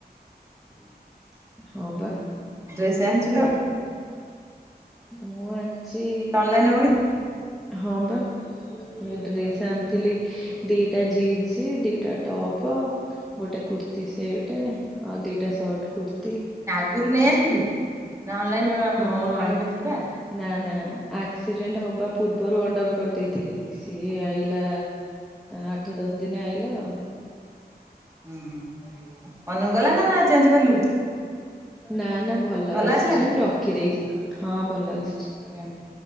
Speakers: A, in the centre; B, on the right (about 15°).
A: -ହଁ -ବା।
B: ଡ୍ରେସ ଆଣିଚୁ ଲ।
A: ମୁଁ ଆଣିଚି
B: ଅନଲାଇନ ମଗେଇ
A: ହଁ ବା ଡ୍ରେସେ ଆଣିଥିଲି ଦିଟା ଜିନ୍ସ ଦିଟା ଟପ୍ ଗୋଟେ କୁର୍ତ୍ତିୀ ସେଟେ ଆଉ ଦିଟା ସର୍ଟ କୁର୍ତ୍ତି।
B: <unintelligible> ନା ଅନଲାଇନ୍ ଅର୍ଡ଼ର
A: ହଁ
B: କରିଥିଲୁ
A: ଆ
B: ବା?
A: ନା ନା ଆକ୍ସିଡେଣ୍ଟ୍ ହବା ପୂର୍ବରୁ ଅର୍ଡର କରିଦେଇଥିଲି। ସିଏ
B: ହଁ।
A: ଆଇଲା ଆଠ ଦଶ୍ ଦିନେ ଆଇଲା ଆଉ।
B: ହୁଁ -ହୁଁ ମନୁକୁ ନା -ନା ଚେଞ୍ଜ କଲୁ?
A: ନା ନା ଭଲ ଆସିଚି
B: ଆସିଲା ନା?
A: ମୁଁ ରଖିଦେଇଚି ହଁ ଭଲ ଆସୁଚି।
B: ହଁ